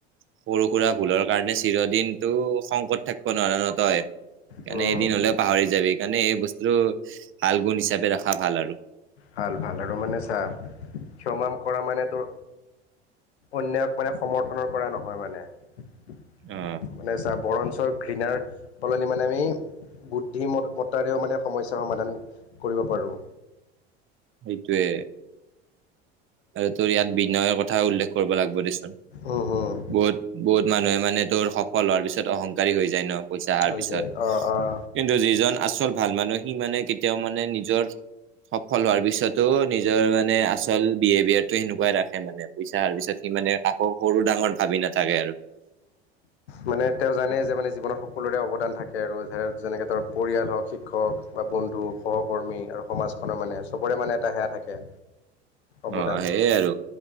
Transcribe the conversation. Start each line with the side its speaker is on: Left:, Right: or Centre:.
Right: সৰু-সুৰা ভুলৰ কাৰণে চিৰদিন টো খং কৰি থাকব' নোৱাৰা ন তই। সেইকাৰণে
Left: উম উম
Right: এদিন হলেও পাহৰি যাবি। সেইকাৰণে এই বস্তুটো ভাল গুণ হিচাপে ৰখা ভাল আৰু।
Left: ভাল- ভাল আৰু মানে চা, ক্ষমা কৰা মানে তোৰ অন্যায়ক মানে সমৰ্থনৰ কৰা নহয় মানে, মানে
Right: অ
Left: চা বৰ ঞ্চ ঘৃণাৰ সলনি মানে আমি বুদ্ধিমত মত্তাৰেও মানে সমস্যা সমাধান কৰিব পাৰোঁ
Right: সেইটোৱে আৰু তোৰ ইয়াত বিনয়ৰ কথা উল্লেখ কৰিব লাগব দেচোন,
Left: উম, হুম,
Right: বহুত - বহুত মানুহে মানে তোৰ সফল হোৱাৰ পিছত অহংকাৰ ৰী হৈ যায় ন পইচা অহাৰ
Left: হৈ
Right: পিছত
Left: যায় অঁ অঁ
Right: কিন্তু যিজন আচল ভাল মানুহ সি মানে কেতিয়াও মানে নিজৰ সফল হোৱাৰ পিছতো নিজৰ মানে আচল বিহেভিয়াৰটো সেনেকুৱাই ৰাখে মানে পইচা অহাৰ পিছত সি মানে কাকো সৰু- ডাঙৰ ভাবি নাথাকে আৰু
Left: মানে তেওঁ জানে যে মানে জীৱনত সকলোৰে অৱদান থাকে আৰু যেনে যেনেকে ধৰ পৰিয়াল হওক, শিক্ষক বা বন্ধু সহকৰ্মী আৰু সমাজখনৰ মানে চবৰে মানে এটা সেয়া থাকে অৱদান
Right: অ সেইয়ে আৰু